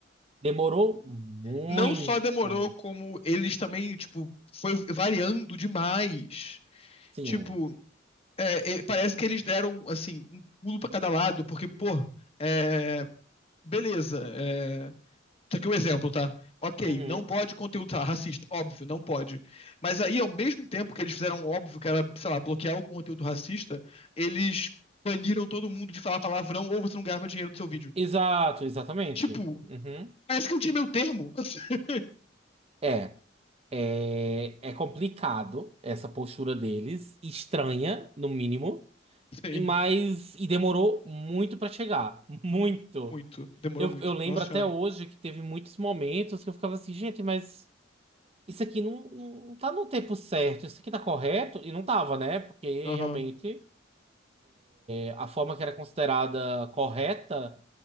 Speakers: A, on the right (about 30°); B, on the left (about 30°).
A: Demorou muito.
B: Não só demorou, como eles também, tipo, foi variando demais.
A: Sim.
B: Tipo, é, é, parece que eles deram, assim, um pulo pra cada lado, porque, pô, é, beleza. É, isso aqui é um exemplo, tá? Ok,
A: Uhum.
B: não pode conteúdo sei lá, racista, óbvio, não pode. Mas aí, ao mesmo tempo que eles fizeram um óbvio que era, sei lá, bloquear o conteúdo racista, eles baniram todo mundo de falar palavrão ou você não ganhava dinheiro no seu vídeo.
A: Exato, exatamente.
B: Tipo,
A: Uhum.
B: parece que não tinha meu termo. <laughs>
A: É. É, é complicado essa postura deles, estranha, no mínimo,
B: Sim,
A: e mas e demorou muito pra chegar, muito.
B: muito. Demorou
A: Eu,
B: muito.
A: eu lembro
B: Nossa
A: até
B: senhora.
A: hoje que teve muitos momentos que eu ficava assim, gente, mas isso aqui não, não tá no tempo certo, isso aqui tá correto? E não tava, né? Porque
B: Aham.
A: realmente é, a forma que era considerada correta,